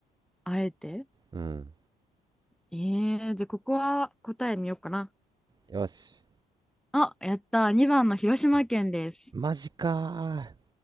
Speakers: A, in the centre; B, on the right (about 25°).
A: あえて
B: うん。
A: えー、じゃあここは答え見ようかな。
B: よし。
A: あ、やった。2番の広島県です。
B: マジかー。